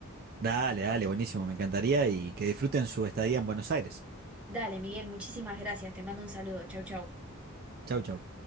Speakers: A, on the right; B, in the centre.
A: Dale, dale, buenísimo, me encantaría y que disfruten su estadía en Buenos Aires.
B: Dale, Miguel, muchísimas gracias. Te mando un saludo. Chau, chau.
A: Chau, chau.